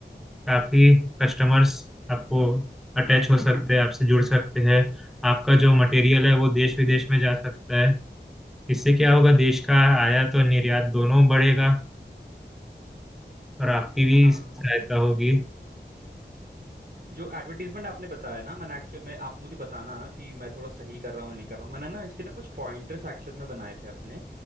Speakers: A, in the centre; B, on the right.
A: काफी कस्टमर्स आपको अटैच हो सकते हैं आपसे जुड़ सकते हैं आपका जो मटेरियल है वो देश विदेश में जा सकता है इससे क्या होगा देश का आयात और निर्यात दोनों बढ़ेगा और आपकी भी
B: हाँ
A: इसमें सहायता होगी
B: जो एडवर्टीजमेंट आपने बताया ना मैंने एक्चुअल में आप मुझे बताना ना कि मैं थोड़ा सही कर रहा हूँ या नहीं कर रहा हूँ मैंने ना इसके ना कुछ पॉइंटर्स एक्चुअल में बनाए थे अपने